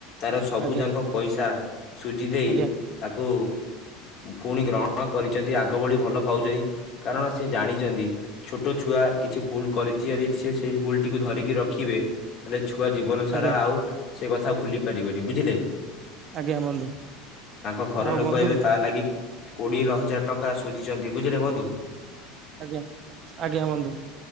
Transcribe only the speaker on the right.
ଆଜ୍ଞା
ଆଜ୍ଞା
ଆଜ୍ଞା
ଆଜ୍ଞା ବନ୍ଧୁ
ଆଉ
ବନ୍ଧୁ
ଆଜ୍ଞା ଆଜ୍ଞା ବନ୍ଧୁ।